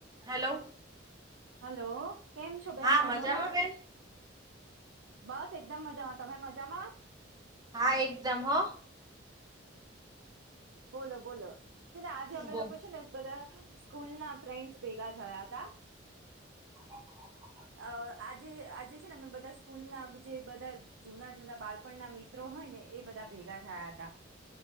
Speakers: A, on the right; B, on the right.
A: Hello.
B: Hello, કેમ છો બેન?
A: હા
B: મજામાં.
A: બેન
B: બસ એકદમ મજામાં, તમે મજામાં?
A: હા, એકદમ હો.
B: બોલો, બોલો છે ને, આજે અમે
A: બો
B: લોકો છે ને, બધા સ્કૂલ ના ફ્રેન્ડસ ભેગા થયા હતા.
A: <unintelligible>
B: અ આજે આજે છે ને, અમે બધા સ્કૂલ ના જે બધા જૂના-જૂના બાળપણના મિત્રો હોય ને, એ બધા ભેગા થયા હતા.